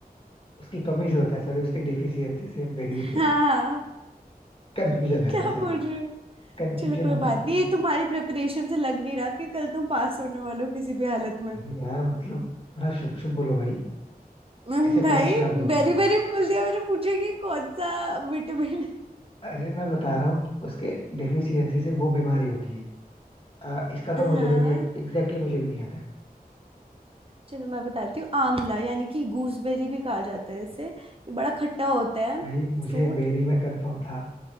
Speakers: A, on the left; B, on the right.
A: उसकी कमी से होता है सॉरी उसकी डिफिशियंसी से बेरी
B: हाँ
A: बेरी कंफ्यूजन में आता
B: क्या
A: है सॉरी
B: बोल रहे हो
A: कंफ्यूजन
B: चलो कोई
A: हो
B: बात
A: जाता
B: नहीं
A: है
B: ये तुम्हारी प्रिपरेशन से लग नहीं रहा कि कल तुम पास होने वाले हो किसी भी हालत में
A: अरे यार मतलब बड़ा शुभ शुभ बोलो भाई
B: हम्म,
A: ऐसे
B: भाई
A: कौन शराब देता
B: बेरी
A: है
B: बेरी बोल दिया मैंने पूछा कि कौन सा विटामिन
A: अरे मैं बता रहा हूँ उसके डिफिशियंसी से वो बीमारी होती है अ, इसका तो
B: हाँ
A: मुझे भी नहीं एग्जैक्टली exactly मुझे भी नहीं आता है
B: चलो मैं बताती हूँ आंवला यानी कि गूसबेरी भी कहा जाता है इसे ये बड़ा खट्टा होता है
A: भाई मुझे
B: फ्रूट
A: बेरी में कंफर्म था